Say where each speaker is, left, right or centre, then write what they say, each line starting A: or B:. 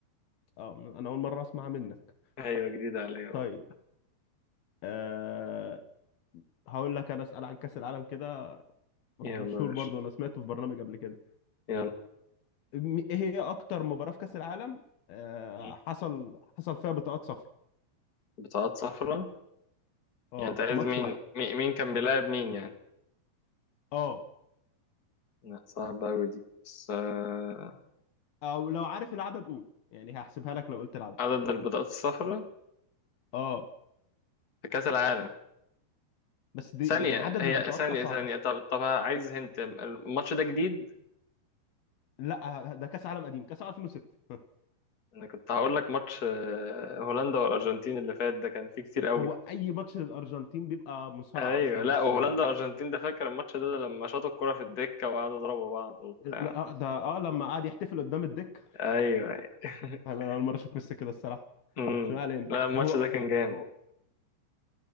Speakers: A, on the left; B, on the left.
A: اه انا اول مرة اسمع منك
B: ايوه جديدة عليا
A: طيب
B: برضه
A: أه... هقول لك انا اسأل عن كأس العالم كده
B: يلا يا
A: مشهور
B: باشا
A: برضو انا سمعته في برنامج قبل كده
B: يلا
A: م- ايه هي اكتر مباراة في كأس العالم أه...
B: مم.
A: حصل حصل فيها بطاقات صفراء
B: بطاقات صفراء
A: اه
B: يعني انت عايز
A: في ماتش
B: مين
A: واحد
B: مين مين كان بيلاعب مين يعني
A: اه
B: لا صعبة أوي دي بس آه،
A: او لو عارف العدد قول يعني هحسبها لك لو قلت العدد
B: عدد البطاقات الصفراء
A: اه
B: في كأس العالم
A: بس دي
B: ثانية
A: يعني عدد
B: هي
A: البطاقات
B: ثانية
A: اصعب
B: ثانية
A: اصلا
B: طب طب عايز هنت الماتش ده جديد
A: لا ده كاس عالم قديم كاس عالم 2006 <laughs>
B: انا كنت هقول لك ماتش آه، هولندا والارجنتين اللي فات ده كان فيه كتير قوي
A: هو اي ماتش للارجنتين بيبقى مصارعه
B: ايوه
A: اصلا
B: لا
A: بس
B: وهولندا
A: آه،
B: والارجنتين ده فاكر الماتش ده, ده لما شاطوا الكرة في الدكة وقعدوا يضربوا بعض وبتاع
A: لا آه، ده اه لما قعد يحتفل قدام الدك
B: ايوه <laughs>
A: <laughs> انا اول مره اشوف ميسي كده الصراحه
B: امم
A: بس ما علينا
B: لا الماتش
A: هو
B: ده كان جامد
A: هو